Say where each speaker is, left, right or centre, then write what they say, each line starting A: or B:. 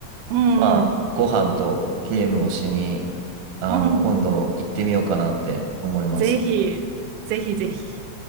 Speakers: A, on the right; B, on the right.
A: うんうん。
B: まあ、ご飯とゲームをしに、あの、
A: うん。
B: 今度行ってみようかなって思います。
A: ぜひ、ぜひぜひ。